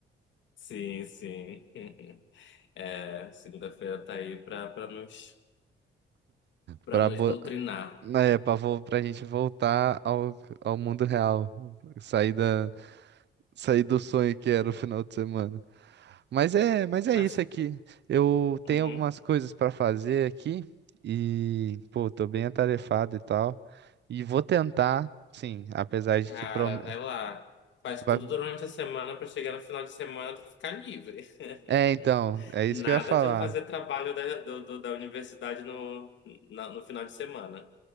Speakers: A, on the left (about 70°); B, on the right (about 60°).
A: Sim, sim. <laughs> É, segunda-feira tá aí pra, pra nos, pra
B: Pra,
A: nos
B: bo...
A: doutrinar.
B: é, pra, vo... pra gente voltar ao, ao mundo real. Sair da... Sair do sonho que era o final de semana. Mas é, mas é
A: Mas,
B: isso aqui. Eu
A: uhum,
B: tenho algumas coisas para fazer aqui e, pô, tô bem atarefado e tal. E vou tentar, sim, apesar de
A: cara,
B: que prom...
A: vai lá. Faz
B: vai-
A: tudo durante a semana pra chegar no final de semana tu ficar livre.
B: É, então,
A: <laughs>
B: é isso
A: Nada
B: que eu ia falar.
A: de fazer trabalho da, do- do- da universidade no, na- no final de semana.